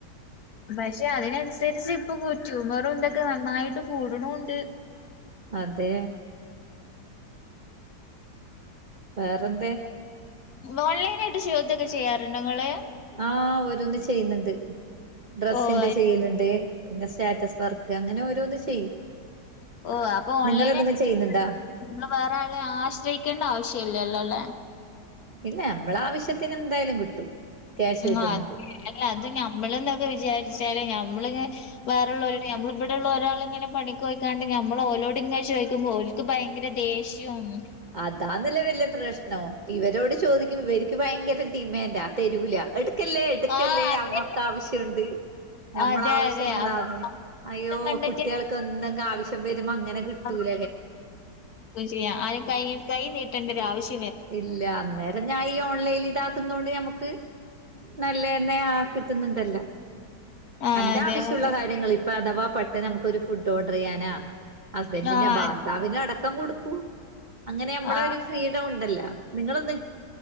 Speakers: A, on the left; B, on the right.
A: പക്ഷെ അതിനനുസരിച്ച് ഇപ്പൊ ട്യൂമറും എന്തൊക്കെ നന്നായിട്ട് കൂടണുണ്ട്
B: അതെ വേറെന്തെ
A: ഓൺലൈനായിട്ട് <unintelligible> ചെയ്യാറുണ്ടൊ ങ്ങള്
B: ആഹ് ഓരോന്ന് ചെയ്യുന്നുണ്ട് ഡ്രെസ്സിന്റെ
A: ഓ ആയി
B: ചെയ്യലുണ്ട് പിന്നെ സ്റ്റാറ്റസ് വർക്ക് അങ്ങനെ ഓരോന്ന് ചെയ്യും
A: ഓ അപ്പൊ ഓൺലൈനായി
B: നിങ്ങളെന്തെങ്കിലും ചെയ്യുന്നുണ്ടാ
A: <unintelligible> വേറെ ആളെ ആശ്രയിക്കേണ്ട ആവശ്യ ഇല്ലല്ലോ ല്ലേ
B: ഇല്ല നമ്മള ആവശ്യത്തിന് എന്തായാലും കിട്ടും ക്യാഷ് കിട്ടുന്നുണ്ട്
A: ആഹ് അല്ല അത് ഞമ്മള് എന്നൊക്കെ വിചാരിച്ചാല് ഞമ്മള് <unintelligible> വേറ ഉള്ളവരുടെ നമ്മള ഇപ്പ <unintelligible> <unintelligible> ഒരാള് ഇങ്ങനെ പണിക്കൊയ്ക്കാണ്ട് നമ്മള് ഓലോട് ഇങ്ങനെ ചോദിക്കുമ്പോ ഓൽക്ക് ഭയങ്കര ദേഷ്യവും
B: അതാന്നല്ലെ വല്യ പ്രശ് <unintelligible> ഇവരോട് ചോദിക്കും ഇവർക്ക് ഭയങ്കര ഡിമാൻഡാ തെരുല എടു <unintelligible> എടുക്കല്ലേ
A: ആ അതെ
B: അമ്മക്ക് ആവശ്യണ്ട് നമ്മള
A: അതെ
B: ആവശ്യങ്ങളാന്ന്
A: അതെ അപ്പൊ
B: അയ്യോ
A: കണ്ടെത്തി
B: കുട്ട്യോള്ക്ക് ന്തെങ്ക ആവശ്യം വരുമ അങ്ങനെ കിട്ടൂൽ
A: ആ ചെയ്യ ആരേം കയ്യ് കയ് നീട്ടേണ്ടര ആവശ്യ
B: ഇല്ല അന്നേരം ഞാ ഈ ഓൺലൈല് ഇതാക്കുന്നോണ്ട് നമ്മക്ക് നല്ലെന്നെ ആ കിട്ടുന്നുണ്ടല്ല
A: ആ
B: അന്റെ
A: അതെ
B: ആവശ്യള്ള
A: അതെ
B: കാര്യങ്ങള് <unintelligible> അഥവാ പെട്ടെന്ന് നമുക്കൊരു ഫുഡ് ഓർഡർ ചെയ്യാനാ ഹസ്ബൻറിന്റെ
A: ആ
B: <unintelligible> ഭാർത്താവിന്റെ. അവട ക്കം കൊടുക്കൂ അങ്ങനെ അമ്മളെ
A: ആഹ്
B: ഒരു ഫ്രീഡം ഉണ്ടല്ലോ. നിങ്ങളൊ